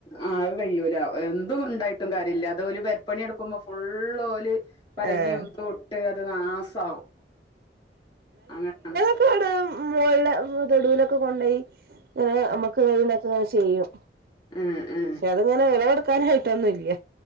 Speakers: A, on the left (about 30°); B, on the right (about 60°).
A: ആഹ് ആത് കഴൂല എന്തും ഉണ്ടായിട്ടും കാര്യമില്ല അത് പെരിപ്പണി എടുക്കുമ്പോ ഫുള്ളോൽ പലകിം
B: ആഹ്
A: തു ഇട്ട് അത് നാസവും അങ്ങനെണ്
B: ഇപ്പ അവിടെ മോളില തൊടുലൊക്കെ കൊണ്ടുപോയി ആഹ് നമ്മക്ക് ഇങ്ങനെക്കെ ചെയ്യും
A: ആഹ് ആഹ്
B: പക്ഷെ അതിങ്ങനെ വിളവെടുക്കാനായിട്ടൊന്നുല്ല